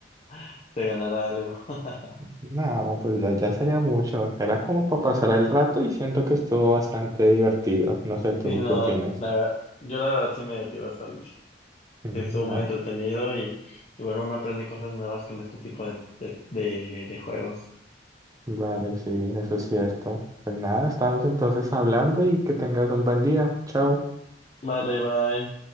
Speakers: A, on the left (about 35°); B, on the right (about 20°).
A: <laughs> te ganara algo. <laughs>
B: No, pues ya, ya sería mucho. Era como para pasar el rato y siento que estuvo bastante divertido. No sé tú
A: Sí, no.
B: qué opinas.
A: La verdad, yo la verdad sí me divertí bastante. Sí,
B: Mm,
A: estuvo muy
B: ah,
A: entretenido y, y bueno, uno aprende cosas nuevas con este tipo de, de, de de juegos.
B: vale, sí, eso es cierto. Pues nada, estamos entonces hablando y que tengas un buen día. Chao.
A: Vale, bye.